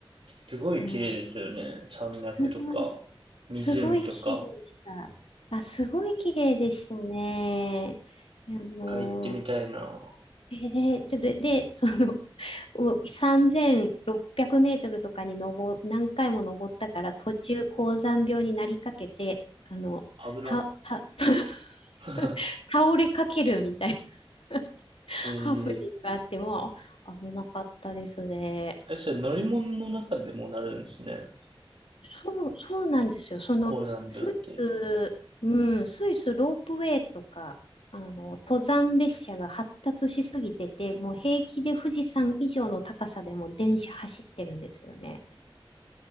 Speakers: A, on the right (about 75°); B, on the left (about 80°).
A: すごい綺麗ですよね。
B: いやー、
A: 山脈とか、
B: すごい、
A: 湖とか。
B: すごい綺麗でした。あ、すごい綺麗でしたね。いやあのー
A: 一ってみたいな。
B: えで、ちょっと、で、その、<laughs> お3600メートルとかに登、何回も登ったから、途中、高山病になりかけて、あの、
A: 危な。
B: た、た、<laughs>
A: <laughs>
B: 倒れかけるみたいな <laughs>
A: えー、
B: ハプニングがあっても、危なかったですね。
A: あれ、それ乗り物の中でもなるんですね。
B: そう、そうなんですよ。その、
A: 高山病って。
B: スイス、うん、スイスロープウェイとか、あの、登山列車が発達しすぎてて、もう平気で富士山以上の高さでも電車走ってるんですよね。